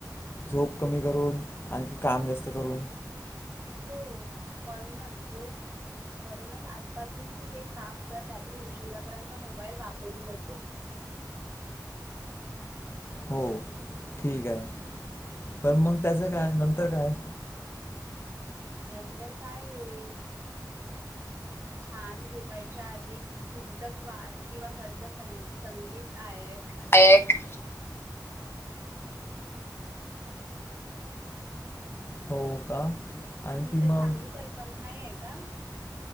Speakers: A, on the left (about 35°); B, on the right (about 35°).
A: झोप कमी करून, आणखी काम जास्त करून.
B: हो म्हणून झोप म्हणूनच आजपासून तू एक काम कर, रात्री उशिरापर्यंत मोबाईल वापरू नको.
A: हो ठीक आहे, पण मग त्याचं काय नंतर काय.
B: नंतर काय होईल. छान झोपायच्या आधी पुस्तक वाच किंवा हलकां सं संगीत आईक.
A: एक. हो का? आणखी
B: ती तर
A: मग
B: चांगली कल्पना नाही आहे का?